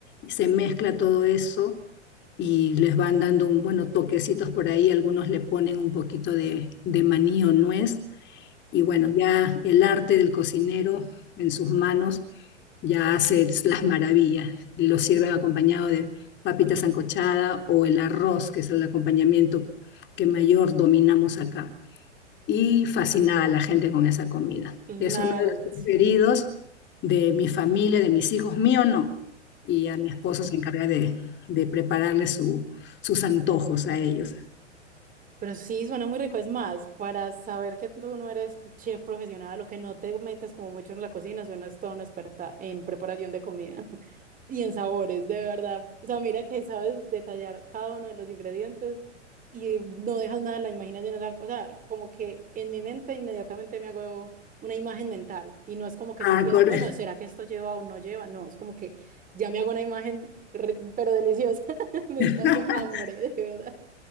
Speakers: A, on the left; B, on the right.
A: se mezcla todo eso y les van dando un, bueno, toquecitos por ahí. Algunos le ponen un poquito de, de maní o nuez y bueno, ya el arte del cocinero en sus manos ya hace las maravillas y lo sirven acompañado de papita sancochada o el arroz, que es el acompañamiento que mayor dominamos acá. Y fascinada a la gente con esa comida.
B: La
A: Es uno de
B: verdad,
A: los
B: sí.
A: preferidos de mi familia, de mis hijos, mío no. Y a mi esposo se encarga de, de prepararle su- sus antojos a ellos.
B: Pero sí, suena muy rico. Es más, para saber que tú no eres chef profesional o que no te metes como mucho en la cocina, suenas toda una experta en preparación de comida <laughs> y en sabores, de verdad. O sea, mira que sabes detallar cada uno de los ingredientes y no dejas nada a la imaginación. O sea, o sea, como que en mi mente inmediatamente me hago una imagen mental y no es como que
A: Ah,
B: yo empiezo,
A: cor-
B: bueno, ¿será que esto lleva o no lleva? No, es como que ya me hago una imagen, re- pero deliciosa. <laughs> Me
A: <laughs>
B: está dando hambre, de verdad.